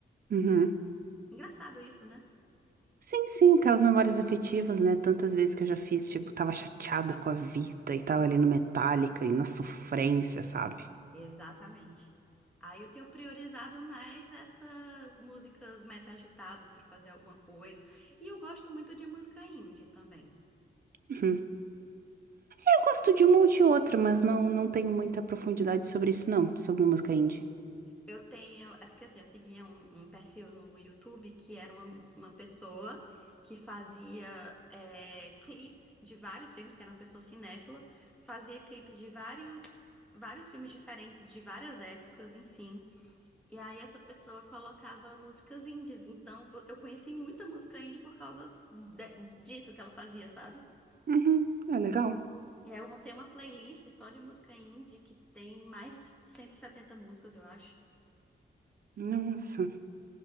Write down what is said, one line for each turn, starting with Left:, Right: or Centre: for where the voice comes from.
Right: Uhum.
Centre: Engraçado isso, né?
Right: Sim, sim, aquelas memórias afetivas, né? Tantas vezes que eu já fiz, tipo, tava chateada com a vida e tava ali no Metallica e na sofrência, sabe?
Centre: Exatamente. Aí eu tenho priorizado mais essas músicas mais agitadas para fazer alguma coisa. E eu gosto muito de música indie também.
Right: Uhum. Eu gosto de uma ou de outra, mas não, não tenho muita profundidade sobre isso, não, sobre música indie.
Centre: Eu tenho. É porque assim, eu seguia um, um perfil no YouTube que era uma, uma pessoa que fazia é, clipes de vários filmes, que era uma pessoa cinéfila, fazia clipes de vários, vários filmes diferentes, de várias épocas, enfim. E aí essa pessoa colocava músicas indies. Então vo- eu conheci muita música indie por causa de- disso que ela fazia, sabe?
Right: Uhum, é legal.
Centre: E aí eu montei uma playlist só de música indie que tem mais de 170 músicas, eu acho.
Right: Nossa,